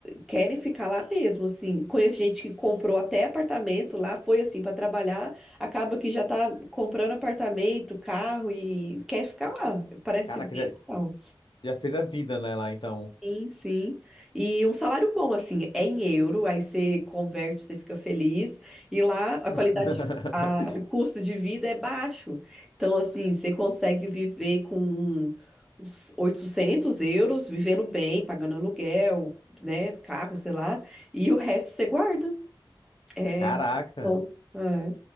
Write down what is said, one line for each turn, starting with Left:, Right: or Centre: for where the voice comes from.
Centre: querem ficar lá mesmo, assim. Conheço gente que comprou até apartamento lá, foi assim para trabalhar, acaba que já tá comprando apartamento, carro e quer ficar lá. Parece
Left: Caraca,
Centre: bem
Left: já.
Centre: legal.
Left: Já fez a vida, né, lá então.
Centre: Sim, sim. E um salário bom, assim, é em euro, aí você converte, você fica feliz. E lá a qualidade,
Left: <laughs>
Centre: a- o custo de vida é baixo. Então, assim, você consegue viver com uns 800 euros, vivendo bem, pagando aluguel, né, carro, sei lá. E o resto você guarda. É
Left: Caraca.
Centre: bom. É.